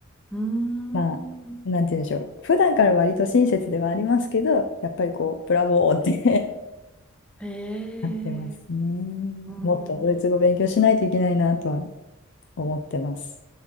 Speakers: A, in the centre; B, on the left.
A: うーん。
B: まあ、なんて言うんでしょう。普段から割と親切ではありますけど、やっぱりこう、ブラボーって
A: へえ。
B: <laughs> なってますね。
A: うん。
B: もっとドイツ語勉強しないといけないなとは思ってます。